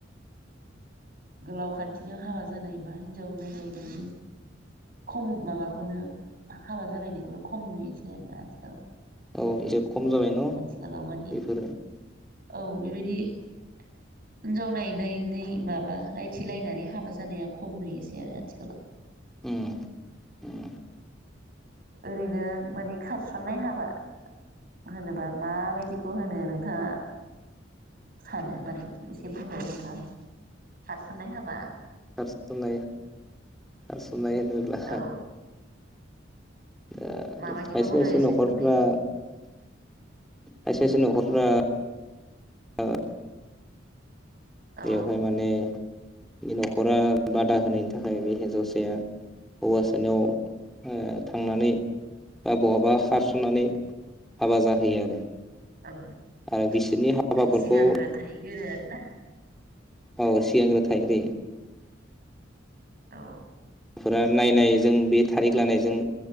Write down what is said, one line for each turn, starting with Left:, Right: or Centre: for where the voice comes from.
Right: गोलाव खान्थिजों हाबा जानाय बा हिनजाव नायलायनायनि खम माबाखौनो हाबा जालायनायखौनो खम नुयोसै आरोना आथिखालाव।
Centre: औ एसे खम जाबाय न
Right: आथिखालाव मानि
Centre: बेफोरो?
Right: औ बेबायदि हिनजाव नायनायनै माबा रायथिलायनानै हाबा जानाया खम नुयोसै आरो आथिखालाव।
Centre: उम उम
Right: ओरैनो माने खारसननाय हाबा होनोबा माबायदिखौ होनो नोंथाङा सानो माने एसे बुंलाय नोंथाङा खारसननाय हाबा
Centre: खारसननाय खारसननाय होनोब्ला
Right: औ
Centre: दा
Right: माबायदिखौ
Centre: खायसे
Right: बुङो
Centre: खायसे
Right: एसे
Centre: नखरफ्रा
Right: फोरमायदो
Centre: खायसे खायसे नखरफ्रा अ
Right: औ
Centre: बेवहाय माने बे नखरा बादा होनायनि थाखाय बे हिन्जावसाया हौवासानाव ओ थांनानै बा बहाबा खारसननानै हाबा जाहैयो आरो।
Right: औ माने
Centre: आरो बिसोरनि हाबाफोरखौ
Right: सिगांग्रो थाहैगोरो आरो ना
Centre: औ सिगांग्रो थाहैग्रोयो।
Right: औ
Centre: फुरा नायनाय जों बे थारिख लानायजों